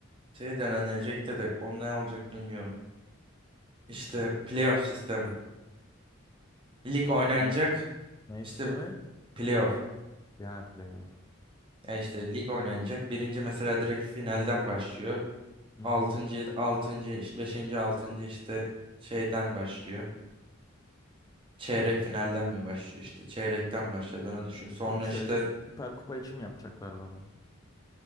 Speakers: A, on the right; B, on the left.
A: Şey denenecek de de o ne olacak bilmiyorum. İşte playoff sistemi. Lig oynanacak.
B: Ne, ne isteme?
A: İşte Playoff.
B: Ya playoff.
A: Ya işte lig oynanacak. Birinci mesela direkt finalden başlıyor.
B: Hı
A: Altıncı,
B: hı.
A: altıncı, iş- beşinci, altıncı işte şeyden başlıyor. Çeyrek finalden mi başlıyor işte. Çeyrekten başladığını düşün. Sonra
B: Ama şeyde
A: işte
B: Süper Kupa için mi yapacaklardı onu?